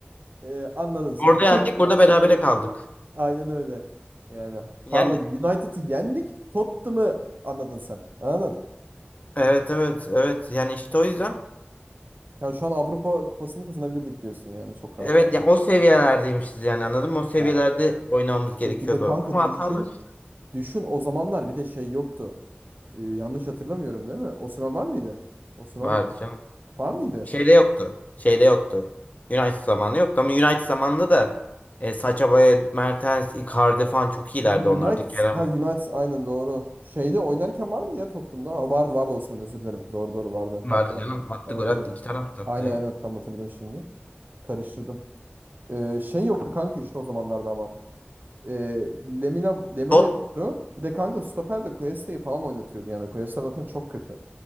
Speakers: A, on the right; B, on the left.
A: e, anladın sen.
B: Orada yendik, burada berabere kaldık.
A: <laughs> Aynen öyle. Yani
B: Yani
A: pardon United'ı yendik. Tottenham'ı anladın sen. Anladın?
B: evet evet evet. Yani işte o yüzden
A: Yani şu an Avrupa Kupası'nı kazanabilirdik diyorsun yani çok rahat.
B: evet yani o seviyelerdeymişiz yani anladın mı? O seviyelerde
A: Ya
B: oynamamız
A: işte
B: gerekiyordu.
A: bir de kanka
B: Ama
A: düşün.
B: hatamız işte
A: Düşün o zamanlar bir de şey yoktu. Ee, yanlış hatırlamıyorum değil mi? Osimhen var mıydı? Osimhen
B: vardı canım.
A: var mıydı?
B: Şeyde yoktu. Şeyde yoktu. United zamanı yoktu ama United zamanında da e, Sacha Boey, Mertens, Icardi falan çok iyilerdi
A: Un-
B: onlarda.
A: United,
B: Kerem
A: ha
B: Aktürk
A: United aynen doğru. Şeyde oynarken var mıydı ya Tottenham'da? Aa, vardı vardı Osimhen özür dilerim. Doğru doğru vardı.
B: vardı
A: Hatta
B: canım. Attı
A: evet
B: gol attı.
A: evet.
B: iki tane attı hatta
A: Aynen
B: ya.
A: aynen tam hatırladım şimdi. Karıştırdım. Ee, şey yoktu kanka işte o zamanlarda ama. Ee, Lemina, Lemina
B: Tot.
A: yoktu. Bir de kanka stoper de Cuesta'yı falan oynatıyordu yani. Cuesta zaten çok kötü.